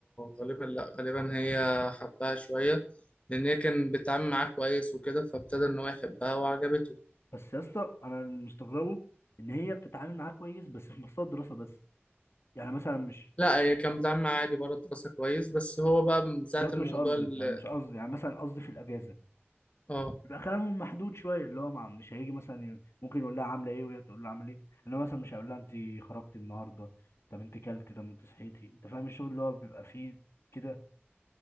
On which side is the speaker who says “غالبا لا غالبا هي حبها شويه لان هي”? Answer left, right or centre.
Left